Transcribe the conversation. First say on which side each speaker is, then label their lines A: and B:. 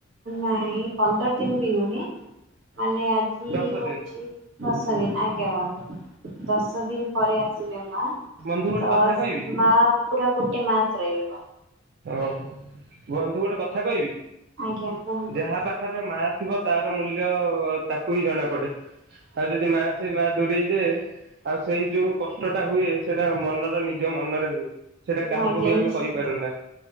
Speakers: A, on the right (about 80°); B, on the right (about 55°).
A: ନାଇଁ ପନ୍ଦର ଦିନ୍ ବି ନୁହେଁ ମାନେ ଆ କି
B: ଦଶ
A: ହଉ
B: ଦିନ
A: ଦଶ ଦିନ୍ ଆଜ୍ଞା ବନ୍ଧୁ ଦଶ ଦିନ୍ ପରେ ଆସିବେ ମା।
B: ବନ୍ଧୁ ଗୋଟେ
A: ତସ୍
B: କଥା କହିବି
A: ମା ପୁରା ଗୋଟେ ମାସ୍ ରହିବେ ମା।
B: ଓହୋ ବନ୍ଧୁ ଗୋଟେ କଥା କହିବି
A: ଆଜ୍ଞା କୁହନ୍ତୁ
B: ଯାହା ପା ପାଖରେ ମା ଥିବ ତାର ମୂଲ୍ୟ ତାକୁ ହିଁ ଜଣା ପଡ଼େ। ଆଉ ଯଦି ମା ସେଇ ମା ଦୂରେଇଯାଏ ଆଉ ସେଇ ଯୋଉ କଷ୍ଟଟା ହୁଏ ସେଇଟା ମନର ନିଜ ମନରେ ହୁଏ। ସେଇଟା
A: ବନ୍ଧୁ
B: କାହାକୁ
A: ଆଜ୍ଞା
B: ବି ଆମେ
A: ନିଶ୍ଚିନ୍ତ।
B: କହିପାରୁନା।